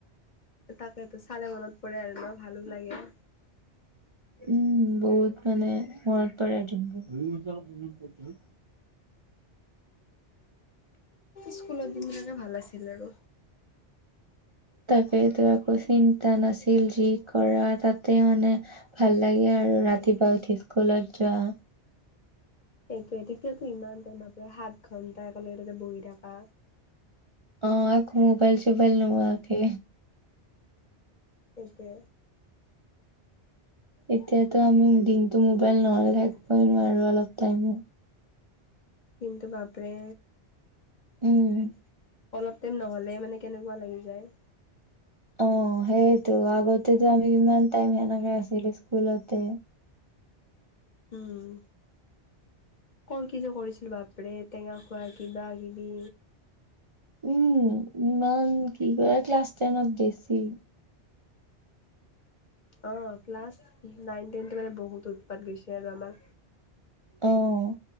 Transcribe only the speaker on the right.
উম, বহুত মানে মনত পৰে দিনবোৰ।
তাকেটো একো চিন্তা নাছিল, যি কৰা তাতে মানে ভাল লাগে আৰু ৰাতিপুৱা উঠি স্কুলত যোৱা
অ' একো মোবাইল চোবাইল নোহোৱাকে।
এতিয়াতো আমি দিনতটো মোবাইল নহ'লে থাকিবই নোৱাৰো অলপ টাইম।
উম।
অ' সেইয়টো আগতে যে আমি ইমান টাইম সেনেকাে আছিলো স্কুলতে।
উম, ইমান কি কৰে ক্লাছ টেনত বেছি।
অ'